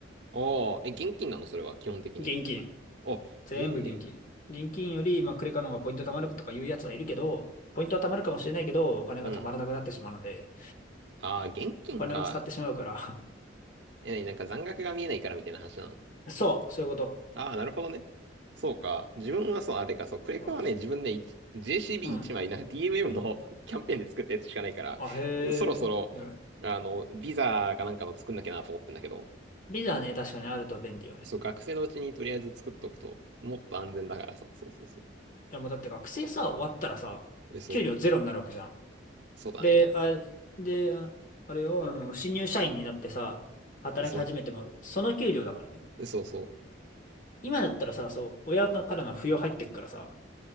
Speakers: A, on the right; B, on the left.
A: ああ、え、現金なのそれは、基本的に。
B: 現金。
A: あ、
B: 全部現金。
A: へえ。
B: 現金より、まあ、クレカの方がポイント貯まるとかいうやつはいるけど、ポイントは貯まるかもしれないけど、お金が貯まらなくなってしまうので、
A: うん。ああ、現金か。
B: お金を使ってしまうから。
A: え、なんか残額が見えないからみたいな話なの。
B: <laughs> そう、そういうこと。
A: ああ、なるほどね。そうか。自分はそう、あ、でか、そう、クレカはね、
B: うん。
A: 自分ね、い JCB1
B: うん
A: 枚、な DMM の <laughs> キャンペーンで作ったやつしかないから、
B: あ、へ
A: そろそろ、
B: え。なるほど
A: あの、ビザかなんかの作んなきゃなと思ってんだけど、
B: ビザね、確かにあると便利よね。
A: そう、学生のうちにとりあえず作っとくと、もっと安全だからさ、そうそうそう。
B: でもだって学生さ、終わったらさ、
A: え、そう、
B: 給料ゼロになるわけじゃん。
A: そうだね。
B: で、あ、で、あ、あれよ、あの、新入社員になってさ、働き始めても、
A: そ
B: その給料だからね。
A: う、そうそう。
B: 今だったらさ、そう、親からの扶養入ってっからさ、